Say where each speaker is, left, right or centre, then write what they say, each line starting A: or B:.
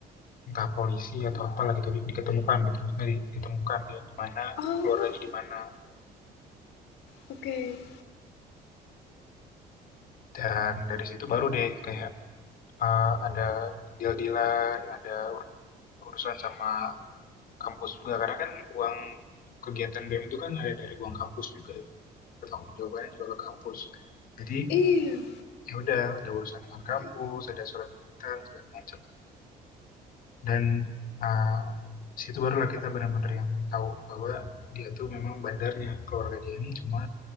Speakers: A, on the left (about 55°); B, on the left (about 85°).
A: entah polisi atau apalah gitu di- diketemukan gitu maksudnya di- ditemukan dia di mana
B: Oh,
A: keluarganya di mana
B: oke. Okay.
A: dan dari situ baru deh kayak eh, ada deal-dealan ada ur- urusan sama kampus juga karena kan uang kegiatan BEM itu kan ada dari uang kampus juga ya pertanggung jawabannya juga ke kampus jadi
B: Iya.
A: ya udah ada urusan dengan kampus ada surat kegiatan segala macam dan eh, situ barulah kita benar-benar yang tahu bahwa dia tuh memang bandarnya keluarga dia ini cuma